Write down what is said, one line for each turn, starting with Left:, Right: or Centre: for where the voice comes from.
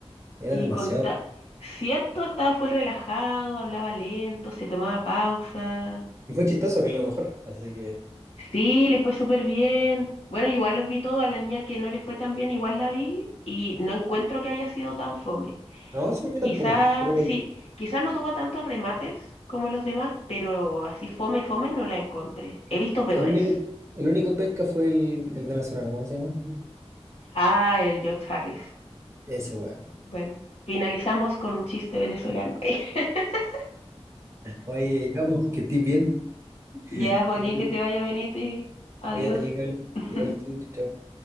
Right: era
Left: Y
Right: demasiado
Left: con ta-
Right: calmado.
Left: Cierto, estaba full relajado, hablaba lento, se tomaba pausa.
Right: Y fue chistoso, que es lo mejor. Así que.
Left: Sí, le fue súper bien. Bueno, igual los vi todos, a la niña que no le fue tan bien, igual la vi y no encuentro que haya sido tan fome.
Right: No, según yo
Left: Quizás,
Right: tampoco, pero que
Left: sí, quizás no tuvo tantos remates como los demás, pero así fome, fome no la encontré. He visto peores.
Right: sí, el único, el único penca fue el, el venezolano, ¿cómo se llama?
Left: Ah, el George Harris.
Right: Ese weón.
Left: Bueno, finalizamos con un chiste venezolano. <laughs>
Right: Oye, ya, pues, que estés bien.
Left: Ya, Joaquín,
Right: Cuídate,
Left: que te vaya a venir. Adiós.
Right: cuídate, Nicole.
Left: <laughs>
Right: Igual tú, chao. chao.